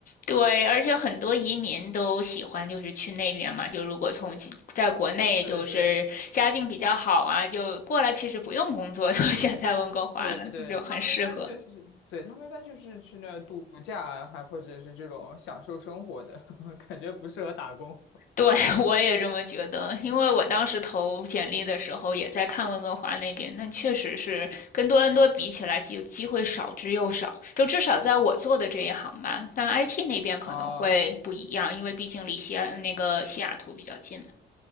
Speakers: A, on the left; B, on the left.
A: 对，而且很多移民都喜欢就是去那边嘛，就如果从其在国内就是家境比较好啊，
B: 对对，听，
A: 就过来其实不用工作，<laughs> 就选在温哥华呢，
B: 对对，
A: 就很适合。
B: 他们一般就是，对，他们一般就是去那儿度假啊，还或者是这种享受生活的，<laughs> 感觉不适合打工。
A: 对，<laughs> 我也这么觉得，因为我当时投简历的时候也在看温哥华那边，那确实是跟多伦多比起来机机会少之又少，就至少在我做的这一行吧。但 IT 那边可能会不一样，
B: 啊。
A: 因为毕竟离西安那个西雅图比较近嘛。